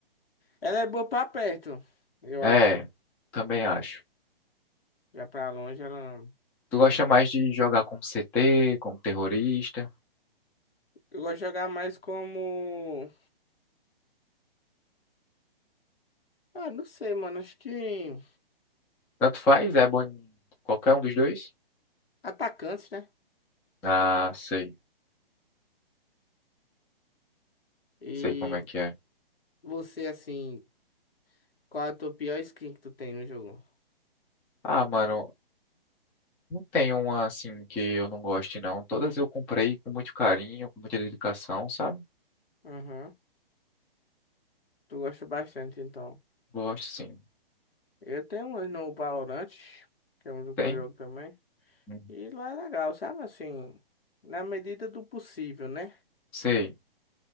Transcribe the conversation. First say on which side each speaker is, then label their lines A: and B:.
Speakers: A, on the left; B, in the centre.
A: Ela é boa pra perto, eu
B: É,
A: acho.
B: também acho.
A: Já pra longe, ela.
B: Tu
A: não
B: gosta
A: é-
B: mais de jogar como CT, como terrorista?
A: Eu gosto de jogar mais como. Ah, não sei, mano. Acho que.
B: Tanto faz, é bom em qualquer um dos dois?
A: Atacantes, né?
B: Ah, sei.
A: E
B: Sei como é que é.
A: você, assim. Qual é a tua pior skin que tu tem no jogo?
B: Ah, mano, não tem uma assim que eu não goste, não. Todas eu comprei com muito carinho, com muita dedicação, sabe?
A: Uhum. Tu gosta bastante, então.
B: Gosto, sim.
A: Eu tenho umas no Valorant, que é um
B: Tem?
A: que eu jogo também.
B: Hum.
A: E lá é legal, sabe? Assim, na medida do possível, né?
B: Sei.